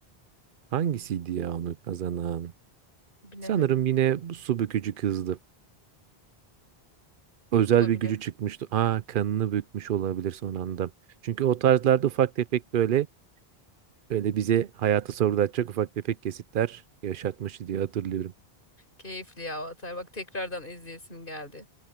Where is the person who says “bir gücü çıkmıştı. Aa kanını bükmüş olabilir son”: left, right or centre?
Right